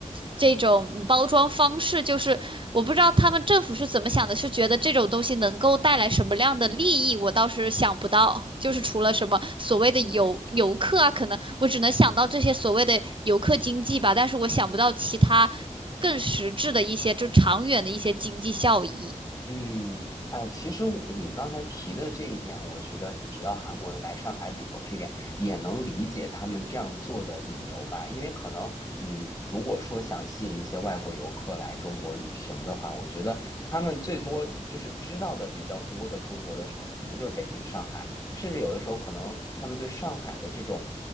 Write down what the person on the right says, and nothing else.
这种包装方式，就是我不知道他们政府是怎么想的，是觉得这种东西能够带来什么样的利益，我倒是想不到，就是除了什么所谓的游游客啊，可能我只能想到这些所谓的游客经济吧，但是我想不到其他更实质的一些就长远的一些经济效益。